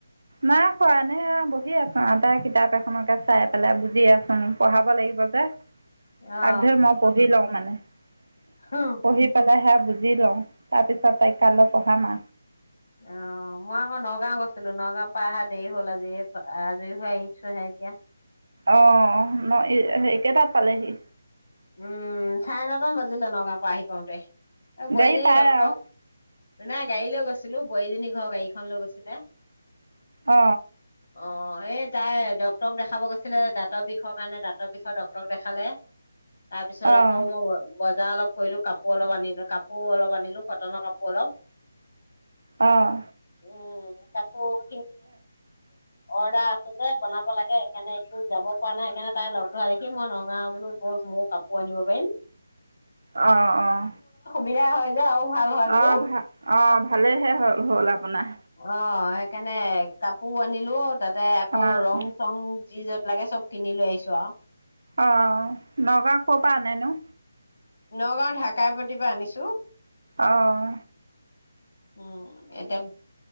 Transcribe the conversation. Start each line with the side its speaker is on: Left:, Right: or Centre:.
Right: নাই খোৱানে বহি আছো আ তাই কিতাপ এখনকে চাই পেলাই বুজি আছো পঢ়াব লাগিব যে
Left: অ
Right: আগ ধৰি মই পঢ়ি লওঁ মানে অ
Left: হুম
Right: পঢ়ি পেলে বুজি লওঁ তাৰ পিছত তাইক কাইলৈ পঢ়াম
Left: অ মই আকৌ নগাঁও গৈছিলো নগাঁওৰ পৰা অহা দেৰি হল আজি এই আজৰি হৈ আহিছো হে এতিয়া
Right: অ ন সেই কেইটাত পালেহি
Left: উম চাৰে নটামান বাজিলে নগাঁ পৰা আহি পাওঁতে বোৱাৰী
Right: গাড়ী
Left: জনি
Right: পায়
Left: ডক্টৰক
Right: আৰু
Left: নাই গাড়ী লৈ গৈছিলো বোৱাৰীজনী ঘৰ গাড়ীখন লৈ গৈছিলে
Right: অ
Left: অ এই ডক্টৰক দেখাব গৈছিলে দাতৰ বিষৰ কাৰণে দাতৰ বিষৰ ডক্টৰক দেখালে তাৰ পিছত
Right: অঁ
Left: আকৌ মই বজাৰ অলপ কৰিলো কাপোৰ অলপ আনিলো কাপোৰ অলপ আনিলো কটনৰ কাপোৰ অলপ
Right: আহ
Left: উ ত <unintelligible> অৰ্ডাৰ আছো যে বনাব লাগে সেইকাৰণে এইকেইদিন যাব পৰা নাই সেইকাৰণে তাই লগ ধৰা দেখি মই নগাও গলো বল মোৰ কাপোৰ আনিব পাৰিম
Right: অঁ অঁ
Left: বিধা হয় যে আৰু ভাল হয়
Right: আহ
Left: বোলো
Right: ভা আহ ভালেইহে হল হ'ল আপোনাৰ
Left: অ সেইকাৰণে কাপোৰ আনিলো তাত ত আকৌ
Right: অঁ
Left: ৰং চং যি যত লাগে চব কিনি লৈ আহিছো আৰু
Right: আহ নগাঁৱ ক'ৰ পৰা আনেনো
Left: নগাঁওত ঢাকাই প্ৰতি আনিছো
Right: আহ
Left: উম এটা